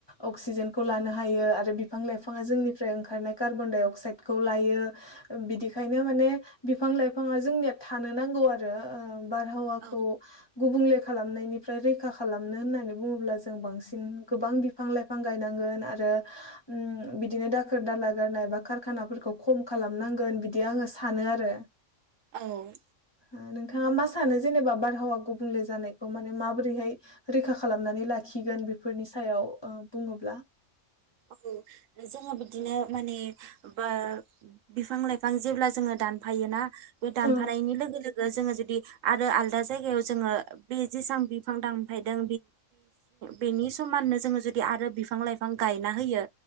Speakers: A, on the left (about 25°); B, on the right (about 80°).
A: अक्सिजेनखौ लानो हायो आरो बिफां लाइफाङा जोंनिफ्राय ओंखारनाय, कार्बन डाइ अक्साइडखौ लायो बिदिखायनो माने बिफां लाइफाङा जोंनिया थानो नांगौ आरो ओ बारहावाखौ
B: औ
A: गुबुंले खालामनायनिफ्राय रैखा खालामनो होननानै बुंङोब्ला जों बांसिन गोबां बिफां लाइफां गायनांगोन आरो उम बिदिनो दाखोर दाला गारनाय एबा खारखानाफोरखौ खम खालामनां गोन बिदि आङो सानो आरो
B: औ
A: ओ नोंथाङा मा सानो जेनेबा बारहावा गुबुंले जानायखौ माने माबोरैहाय रैखा खालामनानै लाखिगोन बेफोरनि सायाव बुङोब्ला?
B: औ जोङो बिदिनो माने बा बिफां लाइफां जेब्ला जोङो दानफायोना बे दानफानायनि
A: औ
B: लोगो-लोगो जोङो जुदि आरो आलदा जायगायाव जोङो बे जेसेबां बिफां दानफायदों बेनि समाननो जोङो जुदि आरो बिफां-लाइफां गायना होयो।